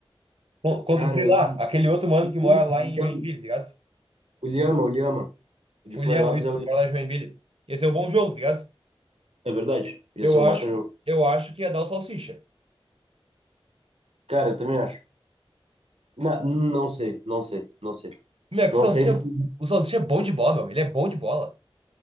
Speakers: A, on the right; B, on the right.
A: Con- Contra,
B: Cara,
A: sei
B: eu-
A: lá, aquele outro mano
B: o
A: que mora lá em
B: Lhama,
A: Joinville, tá ligado?
B: o Lhama, o Lhama. O De
A: O
B: Florianópolis
A: William, isso,
B: é
A: que
B: o Lhama.
A: mora lá em Joinville. Ia ser um bom jogo, tá ligado?
B: É verdade. Ia
A: Eu
B: ser um
A: acho
B: baita jogo.
A: que, eu acho que ia dar o salsicha.
B: Cara, eu também acho. Na, não sei, não sei, não sei.
A: Meu, o
B: Não
A: Salsicha,
B: sei porque.
A: o Salsicha é bom de bola, meu. Ele é bom de bola.